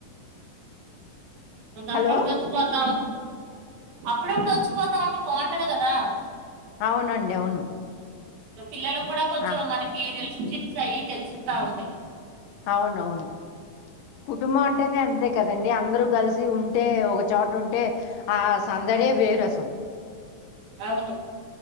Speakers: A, on the right (about 80°); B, on the left (about 75°).
A: అపుడపుడు
B: హలో
A: వచ్చిపోతా అప్పుడప్పుడు వచ్చిపోతా ఉంటే బాగుంటది కదా
B: అవునండి అవును
A: పిల్లలు కూడా కొంచెం
B: ఆ
A: మనకి రేష్ట్ చిప్స్ అయ్యి తెలుస్తా ఉంటాయి
B: అవునవును కుటుంబం అంటేనే అంతే కదండి అందరూ కలిసి ఉంటే ఒకచోట ఉంటే ఆ సందడే వేరు అసలు
A: అవును